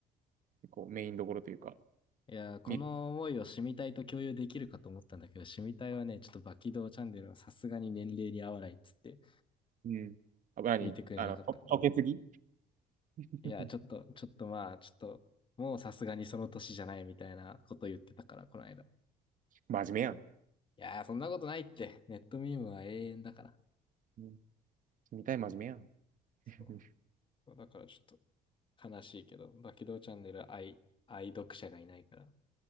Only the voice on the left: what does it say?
いやー、この思いをシミたいと共有できるかと思ったんだけど、
シミたいはね、ちょっとバキドーチャンネルはさすがに年齢に合わないっつって
見てくれなかったから。
いやー、ちょっと、ちょっとまあ、ちょっと、もうさすがにその年じゃないみたいなこと言ってたから、この間。い
やー、そんなことないって。ネットミームは永遠だから。
そう。
だからちょっと悲しいけど、バキドーチャンネル愛、愛読者がいないから。